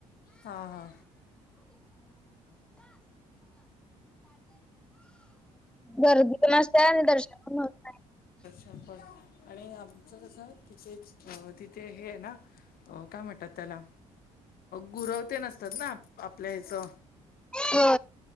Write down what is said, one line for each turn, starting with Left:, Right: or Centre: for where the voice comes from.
Left: हा हा.
Centre: गर्दी पण असते आणि दर्शन पण होत.
Left: चपण आणि आमचं कसं तिथेच तिथे हे आहे ना. हो काय म्हणतात त्याला गुरवते नसतात ना आपल्या ह्याचं.
Centre: हो.